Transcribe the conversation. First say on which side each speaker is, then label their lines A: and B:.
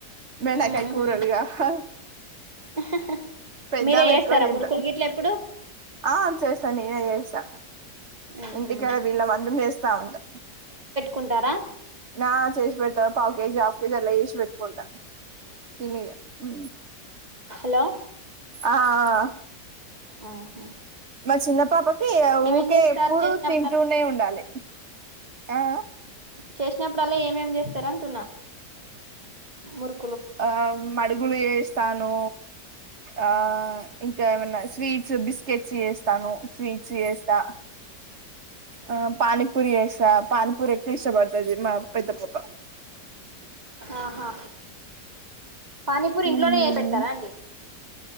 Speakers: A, on the right; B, on the right.
A: బెండకాయ్
B: ఉహు
A: కూరల్గావాల్
B: <unintelligible> <inaudible>
A: పెద్దామే
B: మీరే చేస్తారా
A: ఎక్కువ తింటద్.
B: మురుకులు గిట్ల ఎప్పుడు
A: ఆ చేస్తా నే నేనే చేస్తా
B: ఉహు
A: ఇంటికాడ వీళ్ళ మందం చేస్తా ఉంటా.
B: కుంటారా
A: ఆ చేశి పెడ్తా పావ్ కేజి, ఆఫ్ కేజి అట్ల చేశి పెట్కుంటా. తినిగా ఊ
B: హలో
A: ఆ ఆ
B: ఆహా
A: మా చిన్న పాప కీ
B: ఏమేం
A: ఊకే
B: చేస్తారు
A: ఎప్పుడు
B: చేసినప్పుడల్లా
A: తింటూనే ఉండాలి ఆఅ
B: చేసినప్పుడల్లా ఏమేం చేస్తార అంటున్నా ముర్
A: ఆ మడుగులు ఏస్ తాను ఆ ఇంకా ఏమన్ స్వీట్స్ బిస్కెట్స్ చేస్తాను స్వీట్ చేస్తా ఆ పనీపూరి ఎసా, పనిపూరి ఎక్కు ఇష్ట పడుతది మా పెద్ద పాప.
B: ఆహా పానీపూరి ఇంట్లోనే
A: మ్మ్
B: ఏశ్ పెడతారా అండి